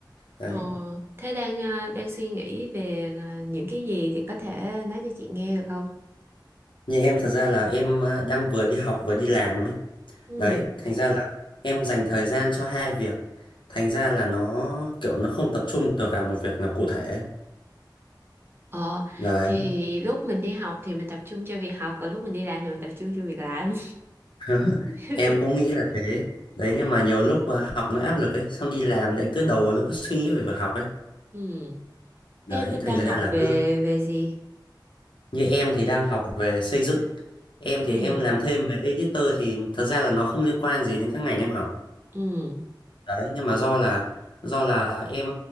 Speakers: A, on the left; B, on the right.
A: đấy
B: Ồ, thế đang ờ, đang suy nghĩ về ờ, những cái gì thì có thể nói cho chị nghe được không?
A: như em thật ra là em ờ, đang vừa đi học vừa đi làm ấy
B: Ừ.
A: đấy thành ra là em dành thời gian cho hai việc thành ra là nó kiểu nó không tập trung được vào một việc nào cụ thể
B: Ờ,
A: đấy
B: thì lúc mình đi học thì mình tập trung cho việc học, còn lúc mình đi làm thì mình tập trung cho việc làm.
A: <laughs>
B: <laughs>
A: em cũng nghĩ là thế đấy nhưng mà nhiều lúc ờ, học nó áp lực ấy xong đi làm lại cứ đầu nó cứ suy nghĩ về việc học ấy
B: Ừ.
A: đấy
B: Em
A: thành
B: đang
A: ra
B: học
A: là
B: về
A: cứ
B: về gì?
A: Như em thì đang học về xây dựng, em
B: Ừ,
A: thì em làm thêm về editor thì thật ra là nó không liên quan gì đến các ngành em học.
B: ừ,
A: Đấy, nhưng mà do là do là em